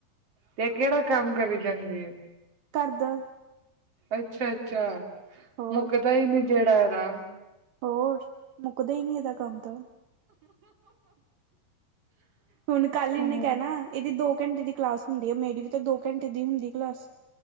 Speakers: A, on the right (about 40°); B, on the right (about 60°).
A: ਤੇ ਕਿਹੜਾ ਕੰਮ ਕਰੀ ਜਾਂਦੀ ਆ
B: ਘਰ ਦਾ
A: ਅੱਛਾ ਅੱਛਾ
B: ਹੋਰ
A: ਮੁੱਕਦਾ ਹੀ ਨਹੀਂੀ ਜਿਹੜਾ ਆ
B: ਹੋਰ ਮੁੱਕਦਾ ਹੀ ਨਹੀਂੀ ਇਹਦਾ ਕੰਮ ਤਾਂ ਹੁਣ ਕੱਲ ਇਹਨੇ
A: ਹਮ
B: ਕਹਿਣਾ ਇਹਦੀ ਦੋ ਘੰਟੇ ਦੀ ਕਲਾਸ ਹੁੰਦੀ ਹੈ ਮੇਰੀ ਵੀ ਤਾਂ ਦੋ ਘੰਟੇ ਦੀ ਹੁੰਦੀ ਕਲਾਸ